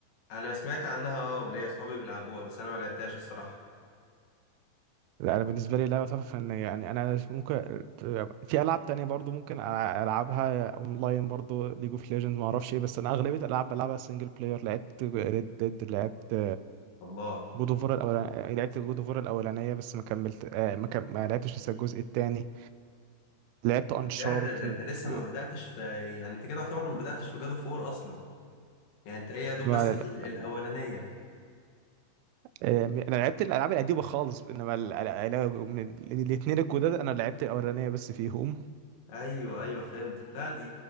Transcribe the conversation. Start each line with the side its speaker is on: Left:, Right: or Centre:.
Left: انا سمعت عنها اه وليا اصحابي بيلعبوها بس انا ما لعبتهاش الصراحه
Right: لا انا بالنسبه لي لعبه تحفه فنيه يعني انا ممكن في العاب تانية برضو ممكن ألع- العبها اونلاين برضو ليج اوف ليجندز ما اعرفش ايه بس انا اغلبيه الالعاب بلعبها سنجل بلاير لعبت ريد ديد لعبت
Left: الله
Right: جود اوف وور الاولانيه لعبت جود اوف وور الاولانيه بس ما كملت آه ما, كم... ما لعبتش لسه الجزء الثاني لعبت انشارتد
Left: يا ده ده انت لسه ما بداتش في يعني انت كده يعتبر ما بداتش في جادو فور اصلا يعني انت هي يا دوب
Right: ما...
Left: بس ال... الاولانيه
Right: آه... انا لعبت الالعاب القديمه خالص انما ال... ال... ال... من الاثنين الجداد انا لعبت الاولانيه بس فيهم
Left: ايوه ايوه فهمت لا دي